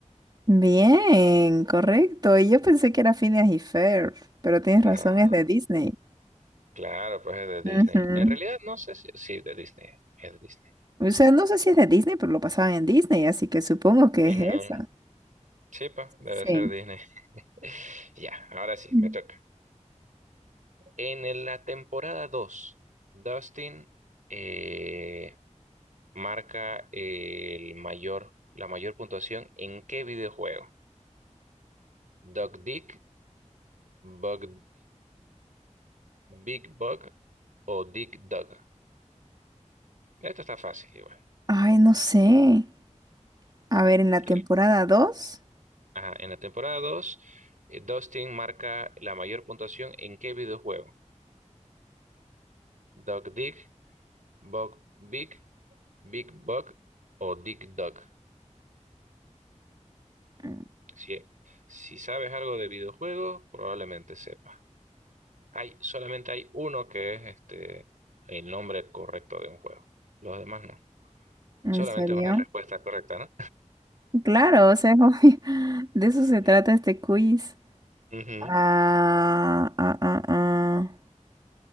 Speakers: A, on the right (about 35°); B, on the right (about 80°).
A: Bien, correcto. Y yo pensé que era Phineas y Ferb, pero tienes razón,
B: No,
A: es de Disney.
B: claro, pues es de
A: Ujú.
B: Disney. En realidad no sé si... Sí, de Disney, es de Disney.
A: O sea, no sé si es de Disney, pero lo pasaban en Disney, así que supongo que
B: Ujú.
A: es esa.
B: Sí, pa, debe
A: Sí.
B: ser Disney. <laughs> Ya, ahora sí,
A: Mm.
B: me toca. En el- la temporada dos Dustin eh, marca el mayor, la mayor puntuación en qué videojuego? Duck Dick, Bug Big Bug o dig Dug. Esto está fácil igual,
A: Ay, no sé. A ver, en la
B: creo.
A: temporada dos,
B: Ajá, en la temporada 2, eh, Dustin marca la mayor puntuación en qué videojuego? Dog dig, Bug Big, Big Bug o dig Dug.
A: mm,
B: Si, si sabes algo de videojuegos, probablemente sepas. Hay, solamente hay uno que es este, el nombre correcto de un juego. Los demás no.
A: ¿En
B: Solamente
A: serio?
B: es una respuesta correcta, ¿no?
A: Claro, o sea, es obvio. <laughs> De eso
B: <laughs>
A: se trata este quiz.
B: Ujú.
A: Ah, ah, ah, ah.